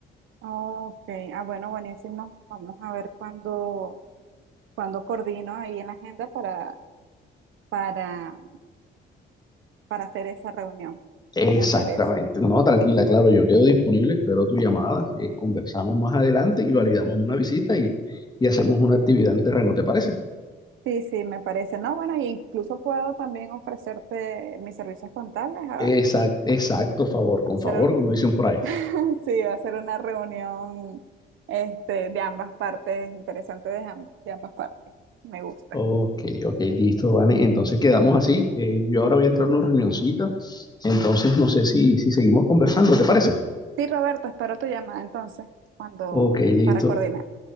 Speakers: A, on the right; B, on the left.
A: Ok, ah, bueno, buenísimo. Vamos a ver cuándo, cuándo coordino ahí en la agenda para, para, para hacer esa reunión.
B: Exactamente.
A: Me interesa.
B: No, tranquila, claro, yo quedo disponible, espero tu llamada, eh, conversamos más adelante y validamos una visita y, y hacemos una actividad en terreno, ¿te parece?
A: Sí, sí, me parece. No, bueno, incluso puedo también ofrecerte mis servicios contables a,
B: Exacto, exacto, favor, con
A: hacer
B: favor,
A: un-
B: como dicen por ahí.
A: <laughs> sí, a hacer una reunión este, de ambas partes, interesante de, amb- de ambas partes. Me gusta.
B: Ok, ok, listo, Vane. Entonces quedamos así. Eh, yo ahora voy a entrar a una reunioncita. Entonces no sé si, si seguimos conversando, ¿te parece?
A: Sí, Roberto, espero tu llamada entonces cuando
B: Ok, listo,
A: para coordinar.